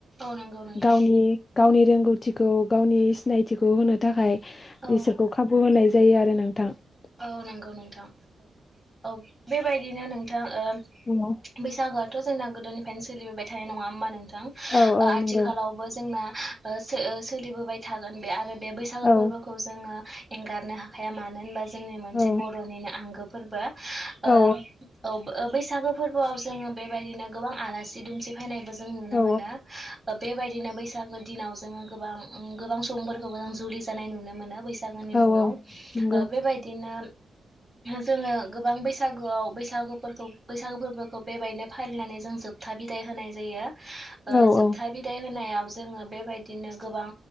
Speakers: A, in the centre; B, on the left.
A: औ नंगौ नोंथां
B: गावनि गावनि रोंगौथिखौ गावनि सिनायथिखौ होनो थाखाय
A: औ
B: ईसोरखौ खाबु होनाय जायो आरो नोंथां ‌।
A: औ नंगौ नोंथां, औ बेबायदिनो नों बैसागोआथ'
B: नंगौ।
A: जोंना गोदोनिफ्रायनो सोलिबोबाय थानाय नङा होमबा नों नोथां
B: औ
A: ओ
B: औ
A: आथिखालावबो
B: नंगौ
A: जोंना ओ सो सोलिबोबाय थागोन बे आरो बे बैसागु
B: औ
A: फोरबोखौ जोङो एंगारनो हाखाया मानो होनबा जोंनि मोनसे
B: औ
A: बर'निनो आंगो फोरबो ओ
B: औ
A: औ बो बैसागु फोरबोआव जोङो बेबायदिनो गोबां आलासि-दुमसि फैनायबो जों नुनो
B: औ
A: मोनो । बेबायदिनो बैसागो दिनाव जोङो गोबां ओ गोबां सुबुंफोरखौबो जों जुलि जानाय नुनो मोनो बैसा बैसागोनि
B: औ
A: मुङाव
B: औ
A: ओ
B: नंगौ
A: बेबायदिनो जोङो गोबां बैसागोआव बैसागुफोरखौ बैसागो फोरबोखौ बेबायदिनो फालिनानै जों जोब था बिदाय होनाय जायो
B: औ
A: जोबथा
B: औ
A: बिदाय होनायाव जोङो बे बायदिनो गोबां